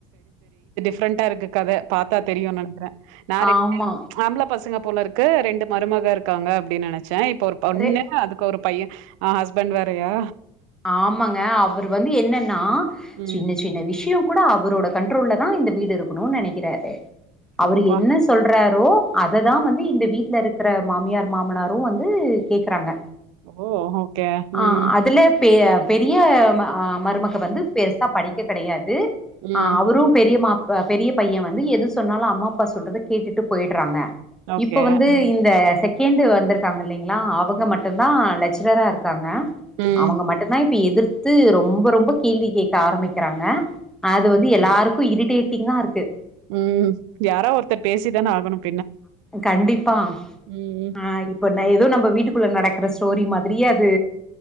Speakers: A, on the right (about 90°); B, in the centre.
A: ஃப்ரண்ட இருக்கு கத பாத்தா தெரியு நினைக்கிற <unintelligible>
B: ஆமா
A: ஆம்பல பசங்க போல இருக்கு ரெண்டு மருமக இருக்காங்க அப்படின்னு நெனச்சா <unintelligible> இப்போ ஒரு பொண்ணு
B: ரெ
A: அதுக்கு ஒரு பையன் ஆஹ் ஹஸ்பண்ட் வேறையா
B: ஆமாங்க அவர் வந்து என்னன்னா
A: ம்
B: சின்ன சின்ன விஷயம் கூட அவரோட கண்ட்ரோல்லல தான் இந்த வீடு இருக்கணுனு நினைக்கிறாரு அவுரு
A: அப்பா
B: என்ன சொல்றாரோ அததான் வந்து இந்த வீட்ல இருக்கிற மாமியார் மாமனாரும் வந்து கேக்குறாங்க
A: ஓ ஓகே ம்ம்
B: ஆ அதுல பெ பெரிய மருமக வந்து பெருசா படிக்க கிடையாது
A: ம்
B: ஆஹ் அவரும் பெரிய மா பெரிய பையன் வந்து எது சொன்னாலும் அம்மா அப்பா சொல்றத கேட்டுட்டு போயி்டறாங்க
A: ஓகே
B: இப்ப வந்து
A: ம்
B: இந்த செக கேண்டு வந்திருக்காங்க இல்லைங்களா அவங்க மட்டுும்்தான் லெக்சராக இருக்கு இருக்காங்க
A: ம்
B: அவங்க மட்டும் இப்ப எதிர்த்து ரொம்ப ரொம்ப கேள்வி கேட்க ஆரம்பிக்கிறாங்க அது வந்து எல்லாருக்கும் இருக்கு டேட்டிங்கா இருக்கு
A: உம் யாரா ஒருர்த்தர் பேசி தான ஆகனும்
B: கண்டிப்பா
A: ம் ம்.
B: ஆஹ் இப்ப ந ஏதோ நம்ம வீட்டுக்குள்ள நடக்கற ஸ்டோரி மாதிரியே அது